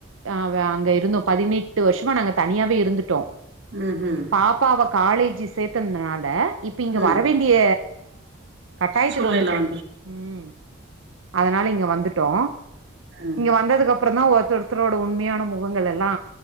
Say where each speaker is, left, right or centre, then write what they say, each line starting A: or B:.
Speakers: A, on the right; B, on the right.
A: ஆ வ அங்க இருந்தோ பதினெட்டு வருஷமா நாங்க தனியாவே இருந்துட்டோ
B: ம் ம்
A: பாப்பாவ காலேஜி சேத்தனதுனால இப்ப இங்க
B: ம்
A: வரவேண்டிய கட்டாயத்துக்கு
B: சூழ்நில
A: வந்துட்டோ
B: வந்து
A: ம் அதனால இங்க வந்துட்டோ
B: ம்
A: இங்க வந்ததுக்கு அப்பறோ தா ஒருத்தரு ஒருத்தரோட உண்மையான முகங்கள் எல்லா